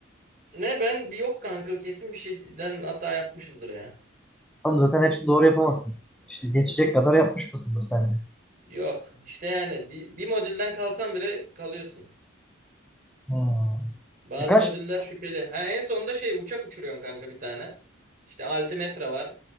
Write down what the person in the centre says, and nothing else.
Oğlum zaten hepsini doğru yapamazsın. İşte geçecek kadar yapmış mısındır sence?
Hmm.
Birkaç